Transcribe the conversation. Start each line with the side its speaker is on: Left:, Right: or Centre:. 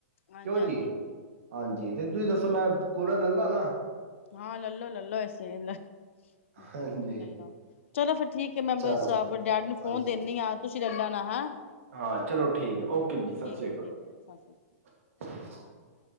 Left: ਹਾਂਜੀ
Right: ਕਿਉਂ
Left: ਹਾਂਜੀ
Right: ਜੀ ਹਾਂਜੀ ਤੇ ਤੁਸੀਂ ਦੱਸੋ ਮੈਂ ਕੋਲਾ ਲੈ ਲਾ ਨਾ
Left: ਹਾਂ ਲਲੋ ਲੈਲੋ ਐਸੇ ਲੈੋ
Right: ਹਾਂਜੀ
Left: ਚਲੋ ਫਿਰ ਠੀਕ ਹੈ ਮੈਂ ਬ
Right: ਚਲੋ
Left: ਆਪ ਡੈਡੀ ਨੂੰ ਫੋਨ
Right: ਹਾਂਜੀ
Left: ਦਿੰਦੀ ਆਾਂ ਤੁਸੀਂ ਲੈ ਲਾਂ ਸੁ
Right: ਹਾਂ ਚਲੋ ਠੀਕ ਹੈ ਓਕੇ ਜੀ ਸਤਿ ਸ੍ਰੀ
Left: ਹੈ
Right: ਅਕਾਲ
Left: ਠੀਕ
Right: ਜੀ
Left: ਹੈ ਸਤਿ